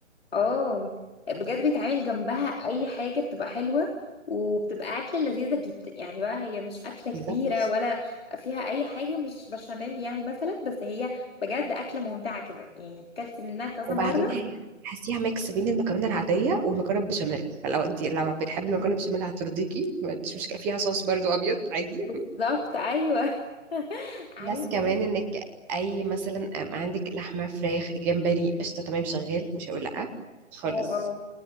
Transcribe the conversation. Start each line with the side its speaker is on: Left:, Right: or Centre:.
Left: اه بجد بيتعمل جنبها اي حاجه بتبقى حلوه وبتبقى اكله لذيذه جدا يعني بقى هي مش اكله كبيره
Centre: بالظبط
Left: ولا فيها اي حاجه مش بشاميل يعني مثلا بس هي بجد اكله ممتعه كده يعني اكلت منها كذا
Centre: وبعدين
Left: مره
Centre: هي تحسيها ميكس بين المكرونه العاديه والمكرونه بالبشاميل فلو انت لو بتحبي المكرونه بالبشاميل هترضيكي مش مش فيها صوص برضو ابيض عادي
Left: بالظبط ايوه <laughs> عادي
Centre: بلس كمان
Left: جدا
Centre: انك اي مثلا أم عندك لحمه فراخ جمبري قشطه تمام شغال مش هقول لا خالص
Left: اه